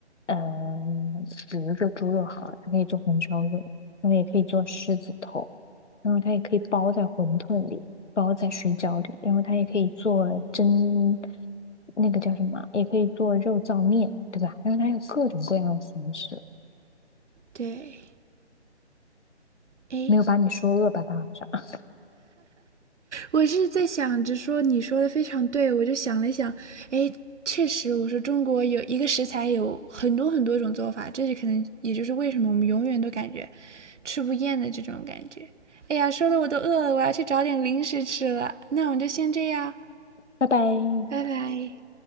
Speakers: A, on the left (about 85°); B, on the right (about 85°).
A: 嗯、比如说猪肉好了，它可以做红烧肉，然后也可以做狮子头，然后它也可以包在馄饨里，包在水饺里，然后它也可以做蒸，那个叫什么，也可以做肉燥面，对吧？然后它有各种各样的形式，
B: 对，哎，
A: 没有把你说饿吧，大晚上，<laughs>
B: 我是在想着说，你说的非常对，我就想了想，哎，确实，我说中国有一个食材有很多很多种做法，这就可能也就是为什么我们永远都感觉吃不厌的这种感觉。哎呀，说的我都饿了，我要去找点零食吃了。那我们就先这样，
A: 拜拜。
B: 拜拜。